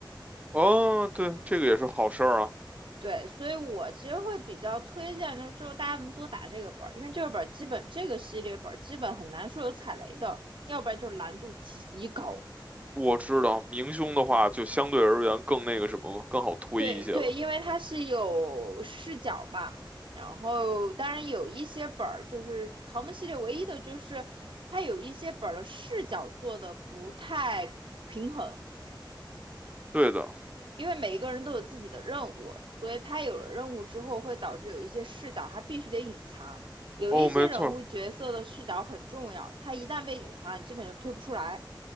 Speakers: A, on the right (about 15°); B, on the right (about 80°).
A: 哦，对，这个也是好事儿啊。
B: 对，所以我其实会比较推荐，就是之后大家能多打这个本儿，因为这个本儿基本这个系列本儿基本很难说有踩雷的，要不然就难度极高。
A: 我知道明凶的话，就相对而言更那个什么了，更好推一些了。
B: 对对，因为它是有视角嘛，然后当然有一些本儿就是豪门系列唯一的就是它有一些本儿的视角做的不太平衡，
A: 对的，
B: 因为每一个人都有自己的任务，所以他有了任务之后，会导致有一些视角他必须得隐藏，有一些人物角色的视角很重要，
A: 哦，没错儿，
B: 他一旦被隐藏了，你基本就推不出来。